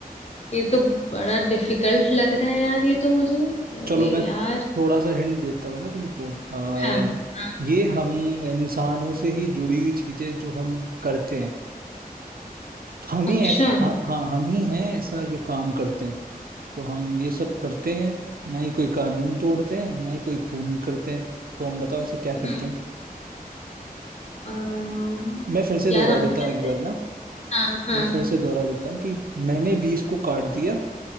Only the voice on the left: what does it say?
ये तो बड़ा डिफिकल्ट लग रहा है यार ये तो मुझे अरे
यार
हाँ हाँ
अच्छा
हम्म,
अम्म,
यार
हम
तो
ऐसे
हाँ हाँ